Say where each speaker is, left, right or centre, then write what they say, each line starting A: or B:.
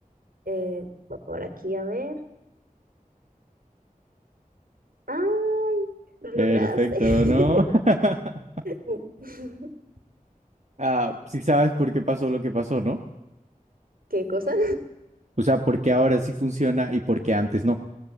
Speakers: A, on the right; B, on the right.
A: Eh, voy por aquí a ver. ¡Ay! Lo lograste.
B: Perfecto,
A: <laughs>
B: ¿no? <laughs>
A: Uh, <laughs>
B: Ah, sí sabes por qué pasó lo que pasó, ¿no?
A: ¿Qué cosa?
B: O sea, por qué ahora sí funciona y por qué antes no.